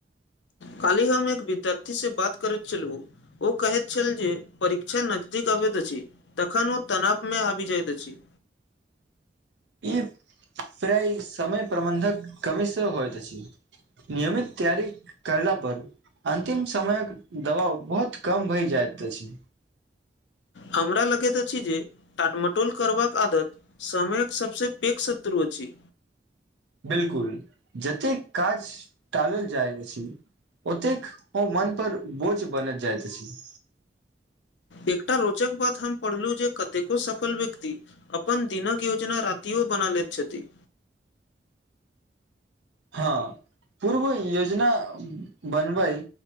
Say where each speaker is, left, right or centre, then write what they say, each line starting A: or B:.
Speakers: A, on the left (about 80°); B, on the right (about 80°).
A: कालहि हम एक विद्यार्थी से बात करैत चलू। ओ कहैत छल जे परीक्षा नजदीक अबैत अछि तखन ओ तनाबमे आबि जाइत अछि।
B: ई प्राय समय प्रबन्धक कमीसँ होइत अछि। नियमित तैयरी करला पर। अंतिम समयक दबाव बहुत कम भय जाइत अछि।
A: हमरा लगैत अछि जे टाटमटोल करबाक आदत समयक सबस पैघ शत्रु अछि।
B: बिलकुल जतेक काज टालल जाय अछि। <unintelligible> ओतेक ओ मन पर बोझ बनैत जाइत अछि। <unintelligible>
A: एकटा रोचक बात हम पढ़लू जे कतेको सफल व्यक्ति। अपन दिनक योजना रतियो बना लेत छथिन
B: हँ पूर्व योजना बनबै